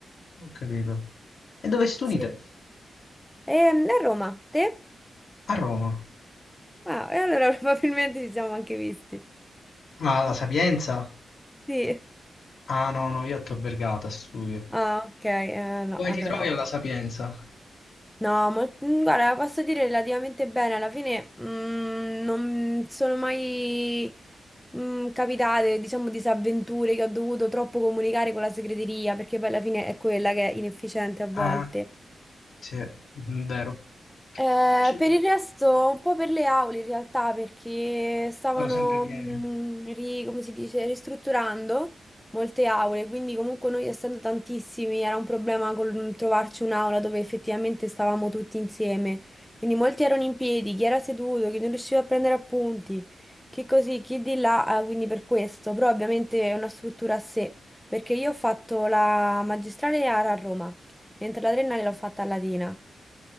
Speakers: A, on the left; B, in the centre.
A: Ho capito. E dove studi
B: Sì.
A: te?
B: Ehm, a Roma, te?
A: A Roma.
B: Ah, e allora <laughs> probabilmente ci siamo anche visti.
A: Ma alla Sapienza?
B: Sì.
A: Ah, no, no, io a Tor Vergata studio.
B: Ah, ok, eh, no,
A: Come
B: allora
A: ti trovi
B: no.
A: alla Sapienza?
B: No, mol- mm, guarda, posso dire relativamente bene, alla fine mm, non sono mai mm, capitate, diciamo, disavventure che ho dovuto troppo comunicare con la segreteria, perché poi alla fine è quella che è inefficiente a volte.
A: Ah, sì, è vero.
B: Eh,
A: Io invece
B: per il resto, un po' per le aule in realtà, perché stavano,
A: sono sempre pieno.
B: mm, ri- come si dice, ristrutturando molte aule, quindi comunque noi essendo tantissimi era un problema col mm, trovarci un'aula dove effettivamente stavamo tutti insieme. Quindi molti erano in piedi, chi era seduto, chi non riusciva a prendere appunti, chi così, chi di là, eh, quindi per questo, però ovviamente è una struttura a sé, perché io ho fatto la magistrale a Roma, mentre la triennale l'ho fatta a Latina.